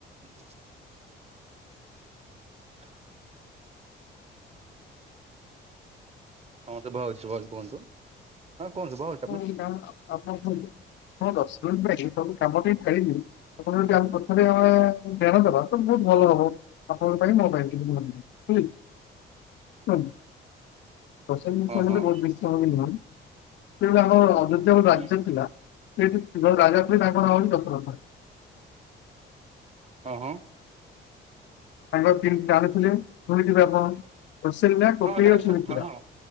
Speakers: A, on the right; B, on the left.
A: ହୁଁ କର ହଁ ସେ ଭ ଅଛିଛି କୁହନ୍ତୁ ହଁ କୁହନ୍ତୁ ଭଛି।
B: ହୁଁ ହ ଆପଣ ଦଶ ମିନିଟ ଭ ସବୁ କାମ <unintelligible> ଯଦି ଆମେ ଧ୍ୟାନ ଦେବା ତ ବହୁତ ଭଲ ହବ ଆପଣଙ୍କ ପାଇଁ ମୋ ପାଇଁ କେମିତି ହୁଁ ହୁଁ ଦ ବହୁତଶ
A: ହଁ ହଁ
B: ବି ନୁହଁ କିନ୍ତୁ ଆମ ଅ ରାଜ୍ୟ
A: ହୁଁ
B: ଥିଲା ସେଠ ରାଜା ବୋଲି ତାଙ୍କ ନା ବୋଲି ବୋଲି ଦଶରଥ।
A: ଓ ହଁ
B: ତାଙ୍କ ତିନିଟା ରାଣିଥିଲେ ଶୁଣିଥିବେ ଆପଣ କସଲ୍ୟା କୈକେୟୀ
A: ଆରେ
B: ଓ ସୁମିତ୍ରା।
A: ହଁ ହଁ